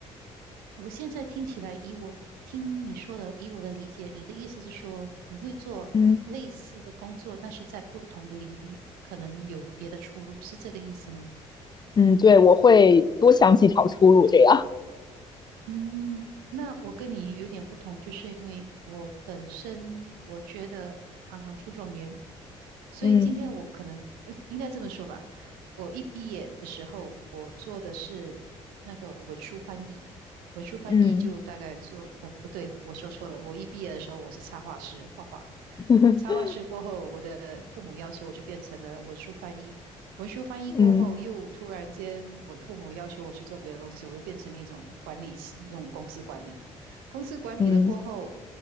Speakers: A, on the right (about 75°); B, on the left (about 30°).
A: 我现在听起来，以我听你说的，以我的理解，你的意思是说，你会做类似的工作，
B: 嗯
A: 但是在不同的领域，可能有别的出路，是这个意思吗？
B: 嗯，对，我会多想几条出路这样。
A: 嗯，那我跟你有点不同，就是因为我本身我觉得行行出状元，所以今天我可能呃应该这么说吧，
B: 嗯
A: 我一毕业的时候，我做的是那个文书翻译，文书翻译就大概做呃不对，
B: 嗯
A: 我说错了，我一毕业的时候我是插画师，画画，
B: <laughs>
A: 插画师过后，我的父母要求我就变成了文书翻译。文书翻译过后，
B: 嗯
A: 又突然间我父母要求我去做别的东西，我又变成那种管理系那种公司管理，公司管理了过后，
B: 嗯。